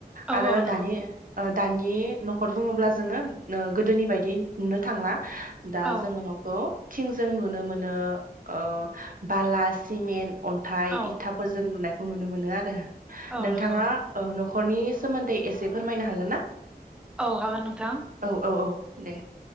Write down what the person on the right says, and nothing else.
आरो
दानि ओ दानि न'खर बुङोब्ला जोङो गोदोनि बायदि नुनो थांला दा
जोङो न'खौ थिंजों नुनो मोनो ओ बाला सिमेन्ट अन्थाइ
इथाफोरजों लुनाय खौ नुनो मोनो आरो
नोंथाङा
औ न न'खरनि सोमोन्दै एसे फोरमायनो हागोन ना
औ औ औ दे